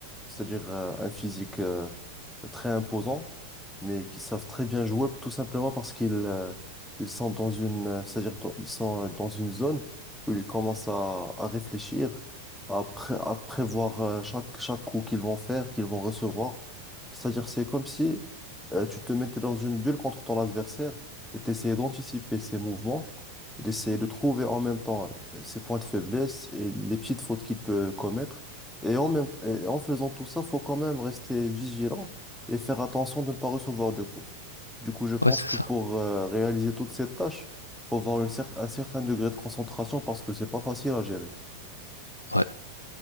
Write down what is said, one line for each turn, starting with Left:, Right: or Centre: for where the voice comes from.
Centre: c'est-à-dire euh, un physique euh, très imposants, mais qui savent très bien jouer tout simplement parce qu'ils euh, ils sont dans une, euh, c'est-à-dire dans- ils sont euh, dans une zone où ils commencent à, à réfléchir, à, pré- à prévoir euh, chaque, chaque coup qu'ils vont faire, qu'ils vont recevoir. C'est-à-dire c'est comme si euh, tu te mettais dans une bulle contre ton adversaire et tu essayais d'anticiper ses mouvements, d'essayer de trouver en même temps euh, ses points de faiblesse et les petites fautes qu'il peut commettre. Et en même, et en faisant tout ça, faut quand même rester vigilant et faire attention de ne pas recevoir de coups. Du coup, je pense
Left: ouais, c'est
Centre: que
Left: ça.
Centre: pour euh, réaliser toutes ces tâches, faut avoir une cer- un certain degré de concentration parce que c'est pas facile à gérer.
Left: Ouais.